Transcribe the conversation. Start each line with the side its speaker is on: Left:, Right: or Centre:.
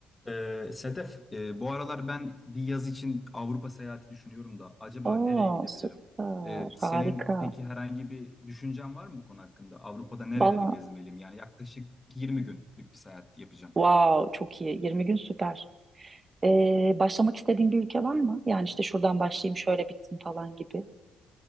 Left: Ee, Sedef, e, bu aralar ben bir yaz için Avrupa seyahati düşünüyorum da acaba
Right: Oo,
Left: nereye gidebilirim?
Right: süper.
Left: Ee, senin
Right: Harika.
Left: peki herhangi bir düşüncen var mı bu konu hakkında? Avrupa'da nereleri
Right: Valla
Left: gezmeliyim? Yani yaklaşık 20 günlük bir seyahat yapacağım.
Right: wow çok iyi. 20 gün süper. Ee, başlamak istediğin bir ülke var mı? Yani işte şuradan başlayayım şöyle bitsin falan gibi.